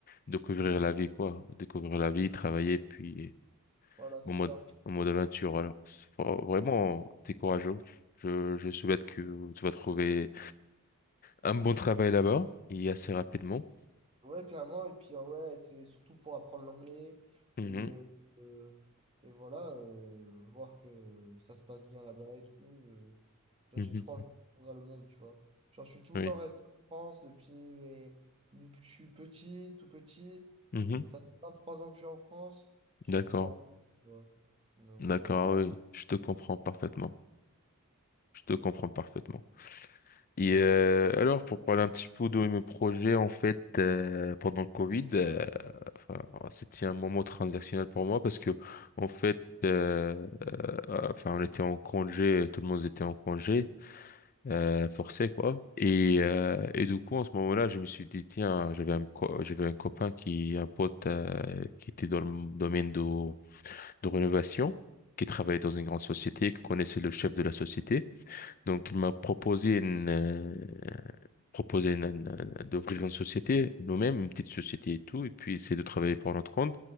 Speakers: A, on the left; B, on the right.
A: découvrir la vie, quoi, découvrir la vie, travailler, puis
B: Voilà, c'est
A: en mode
B: ça.
A: en mode aventure. Alors, Faut- vraiment,
B: Donc,
A: t'es courageux. Je je souhaite que tu vas trouver un bon travail là-bas et assez rapidement.
B: ouais, clairement. Et puis, euh, ouais, c'est surtout pour apprendre l'anglais.
A: Mhm,
B: Et, euh, euh, et voilà, euh, voir que ça se passe bien là-bas et tout. euh. Genre,
A: mhm,
B: j'ai trop envie de découvrir le monde, tu vois. Genre, je suis tout
A: oui,
B: le temps resté en France depuis, mes... depuis que je suis petit, tout petit.
A: mhm,
B: Et ça fait vingt trois ans que je suis en France. J'ai
A: d'accord,
B: envie de voir autre chose, tu vois. Donc,
A: d'accord,
B: euh,
A: oui, je te comprends
B: donc,
A: parfaitement. Je te comprends parfaitement. Et
B: voilà.
A: euh, alors, pour parler un petit peu de mes projets, en fait, euh, pendant le Covid, euh, enfin, c'était un moment transactionnel pour moi parce que, en fait, euh, euh, enfin, on était en congé, tout le monde était en congé, euh, forcé, quoi. Et, euh, et du coup, en ce moment-là, je me suis dit, tiens, j'avais un, co- j'avais un copain qui, un pote, euh, qui était dans le domaine de, de rénovation, qui travaillait dans une grande société, qui connaissait le chef de la société. Donc, il m'a proposé une, euh, proposé une- une- une- d'ouvrir une société, nous-mêmes, une petite société et tout, et puis essayer de travailler pour notre compte.